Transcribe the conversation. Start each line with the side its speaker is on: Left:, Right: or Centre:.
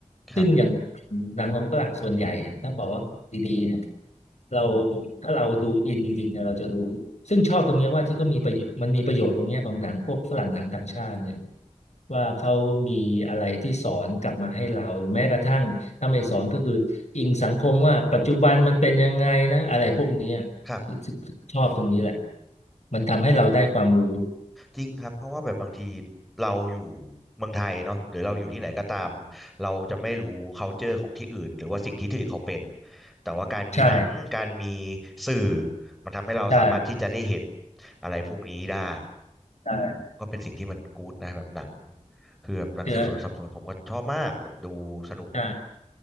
Centre: ครับ
Left: ซึ่งอย่างหนังของฝรั่งส่วนใหญ่ต้องบอกว่าดีๆเนี่ยเราถ้าเราดูอินจริงๆเนี่ยเราจะรู้ซึ่งชอบตรงเนี้ยว่าที่เขามีประโยชน์มันมีประโยชน์ตรงเนี้ยของหนังพวกฝรั่งหนังต่างชาติเนี่ยว่าเขามีอะไรที่สอนกลับมาให้เราหรือแม้กระทั่งถ้าไม่สอนก็คืออิงสังคมว่าปัจจุบันมันเป็นยังไงนะอะไรพวกเนี้ยที่
Centre: ครับ
Left: ชอบตรงนี้แหละมันทำให้เราได้ความรู้
Centre: อืม จริงครับเพราะว่าแบบบางทีเราอยู่เมืองไทยเนาะหรือเราอยู่ที่ไหนก็ตามเราจะไม่รู้ culture ของที่อื่นหรือว่าสิ่งที่ที่อื่นเขาเป็นแต่ว่าการมีหนังการมี
Left: ใช่
Centre: สื่อมันทำให้เราสามารถที่จะได้เห็น
Left: ใช่
Centre: อะไรพวกนี้ได้
Left: ใช่
Centre: ก็เป็นสิ่งที่มันกู๊ดนะแบบหนังคือแบบหนังสืบสวนสอบสวนผมก็ชอบมากแบบดูสนุก
Left: เจอใช่